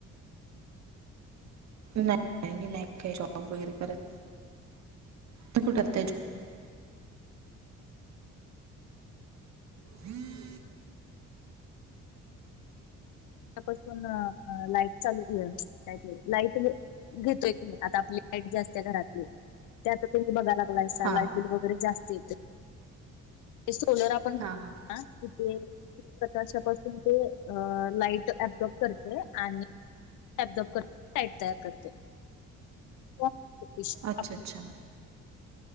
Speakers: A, on the right; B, on the left.
A: नाही मी नाही काय जॉब वगैरे करत. तु कुठे <unintelligible> हम्म
B: <unintelligible> लाईट चालू घेऊया काय ते लाईटने घेतोय की आता आपली लाईट जी असते घरातली ते आता तुम्ही बघायला लागलासा
A: हा
B: लाईबिल वगैरे जास्त येते ते सोलर आपण
A: हा हा
B: आह तिथे प्रकाशापासून ते अह लाईट ते अब्जॉर्ब करते आणि अब्जॉर्ब करून लाईट तयार करते. <inaudible>
A: अच्छा अच्छा